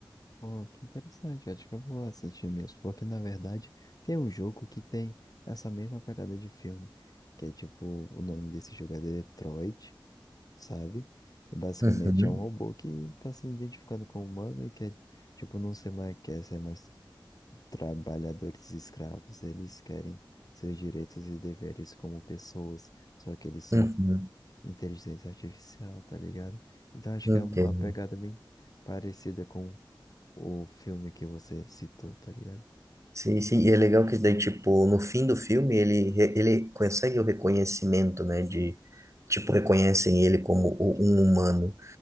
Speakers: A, on the left (about 50°); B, on the right (about 35°).
A: Oh, que interessante, acho que eu vou assistir mesmo, porque na verdade tem um jogo que tem essa mesma pegada de filme, que é tipo, o nome desse jogo é Detroit. sabe? E basicamente
B: Uhum,
A: é um robô que tá se identificando com o humano e quer, tipo, não ser mais, quer ser mais trabalhadores escravos. Eles querem seus direitos e deveres como pessoas, só que eles são
B: uhum,
A: inteligência artificial, tá ligado? Então acho
B: entendo.
A: que é uma pegada bem parecida com o filme que você citou, tá ligado?
B: Sim, sim, e é legal que daí, tipo, no fim do filme, ele, re- ele consegue o reconhecimento, né, de, tipo, reconhecem ele como o- um humano.